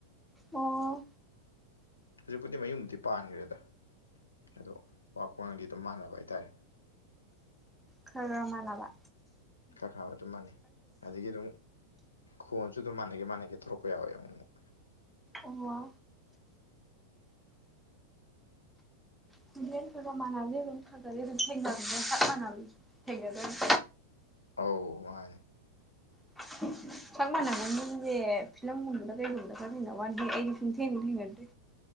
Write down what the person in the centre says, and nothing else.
ꯑꯣ
ꯈꯔ ꯃꯟꯅꯕ
ꯑꯣ ꯈꯣꯟꯖꯦꯟ ꯈꯔ ꯈꯔ ꯃꯟꯕꯗꯤ ꯑꯗꯨꯝ ꯈꯔ ꯈꯔꯗꯤ ꯊꯦꯡꯅꯕꯅꯦ ꯁꯛ ꯃꯟꯅꯕꯁꯦ ꯊꯦꯡꯅꯗꯕꯅꯦ
<inaudible> ꯁꯛ ꯃꯥꯟꯅꯕ ꯃꯤꯡꯖꯦ ꯐꯤꯂꯝꯒꯨꯝꯕꯗ ꯀꯩꯒꯨꯝꯕꯗ ꯈ꯭ꯔ ꯊꯦꯡꯅꯋꯥꯅꯦ ꯍꯦ ꯑꯩꯗꯤ ꯁꯨꯡꯊꯦꯡꯕꯨ ꯊꯦꯡꯅꯗ꯭ꯔꯤ